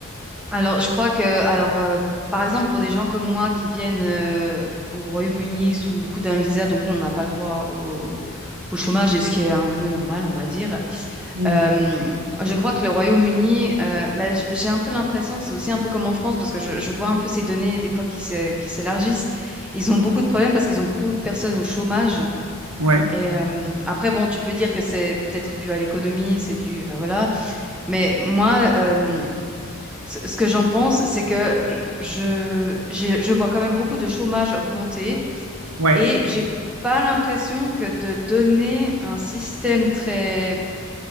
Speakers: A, in the centre; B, on the right.
A: Alors, je crois que, alors, euh, par exemple, pour des gens comme moi qui viennent euh, au Royaume-Uni sous le coup d'un visa, donc nous, on n'a pas le droit au, au chômage, et ce qui est un peu normal, on va dire.
B: Mm.
A: Euh, je crois que le Royaume-Uni, euh, bah, j- j'ai un peu l'impression que c'est aussi un peu comme en France, parce que je, je vois un peu ces données des fois qui se, qui s'élargissent. Ils ont beaucoup de problèmes parce qu'ils ont beaucoup de personnes au chômage.
B: Ouais,
A: Et euh, après, bon, tu peux dire que c'est peut-être dû à l'économie, c'est dû, euh, voilà. Mais moi, euh, ce ce que j'en pense, c'est que je, je, je vois quand même beaucoup de chômage augmenter
B: ouais.
A: et j'ai pas l'impression que de donner un système très...